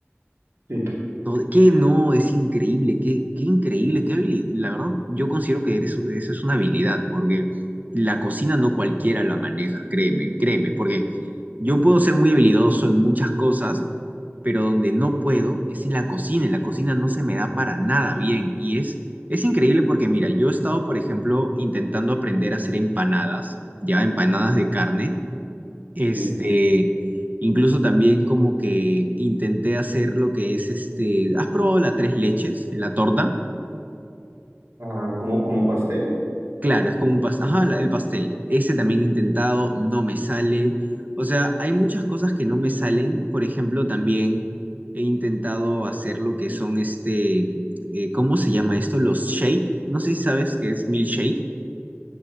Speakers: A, on the right (about 70°); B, on the right (about 35°).
A: sí,
B: Todo, que no, es increíble, qué, qué increíble, qué habilidad. La verdad, yo considero que eres- eso es una habilidad, porque la cocina no cualquiera la maneja, créeme, créeme, porque yo puedo ser muy habilidoso en muchas cosas pero donde no puedo es en la cocina. En la cocina no se me da para nada bien y es, es increíble porque mira, yo he estado, por ejemplo, intentando aprender a hacer empanadas, ya empanadas de carne, este,
A: sí.
B: incluso también como que intenté hacer lo que es este, ¿has probado la tres leches, la torta?
A: Ah, como, como pastel.
B: Claro, es como un pastel. Ajá, la- el pastel. Ese también he intentado, no me sale. O sea, hay muchas cosas que no me salen. Por ejemplo, también he intentado hacer lo que son este, eh, ¿cómo se llama esto? Los shake. No sé si sabes qué es milkshake.